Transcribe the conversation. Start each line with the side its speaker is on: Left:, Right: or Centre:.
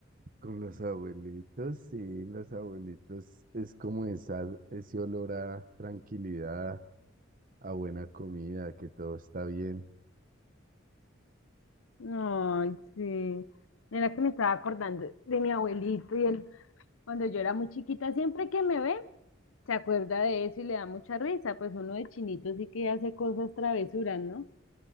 Right: Con los abuelitos, sí, los abuelitos es como esa, ese olor a tranquilidad, a buena comida, que todo está bien.
Left: Ay, sí. Mira que me estaba acordando de mi abuelito y él, cuando yo era muy chiquita, siempre que me ve, se acuerda de eso y le da mucha risa. Pues uno de chinito sí que hace cosas travesuras, ¿no?